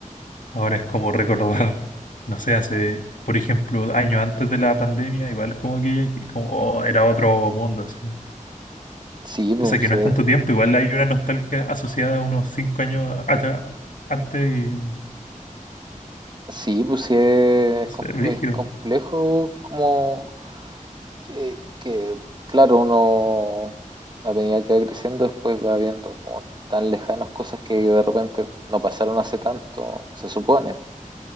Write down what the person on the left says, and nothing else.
ahora es como recordar, <laughs> no sé, hace, por ejemplo, años antes de la pandemia, igual como que es como, oh, era otro mundo, así.
Pese a que
no es tanto tiempo, igual hay una nostalgia asociada a unos cinco años atra- antes y, no
sé,
brígido.